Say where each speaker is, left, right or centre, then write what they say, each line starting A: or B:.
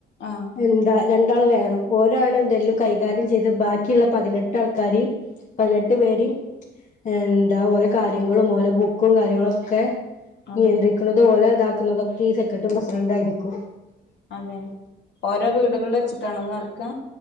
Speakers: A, on the left; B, on the left.
A: ആഹ
B: എന്താ രണ്ടാള് വേണം ഓരോണ് ഇതെല്ലാം കൈകാര്യം ചെയ്ത് ബാക്കിയുള്ള പതിനെട്ട് ആൾക്കാര്. പതിനെട്ട് പേരും എന്താ ഓലോ കാര്യങ്ങളും ഓലെ ബുക്കും കാര്യങ്ങളൊക്കെ.
A: അതെ
B: നിയന്ത്രിക്കുന്നതും ഒലെ ഇതാക്കുന്നതുംക്കെ ഈ സെക്രട്ടറിയും പ്രസിഡന്റ് ആയിരിക്കും.
A: അതെ ഓരോ വീടുകളിൽ വെച്ചിട്ടാനോ ഇത് നടക്ക.